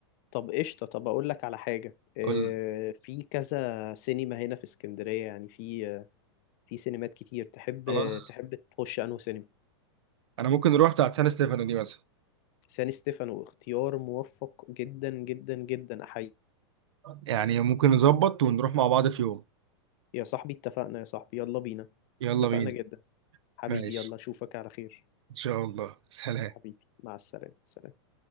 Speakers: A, on the left; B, on the right.
A: طب قشطة طب اقول لك على حاجة آه
B: قول لي
A: في كذا سينما هنا في اسكندرية يعني في آه، في سينمات كتير تحب
B: خلاص
A: تحب تخش انه سينما
B: انا ممكن نروح بتاعت سان ستيفانو دي مثلا
A: سان ستيفانو اختيار موفق جدا جدا جدا احيي
B: يعني ممكن نظبط ونروح مع بعض في يوم
A: يا صاحبي اتفقنا يا صاحبي يلا بينا
B: يلا
A: اتفقنا
B: بينا
A: جدا حبيبي
B: ماشي
A: يلا اشوفك على خير
B: ان شاء الله سلام
A: حبيبي مع السلامة سلام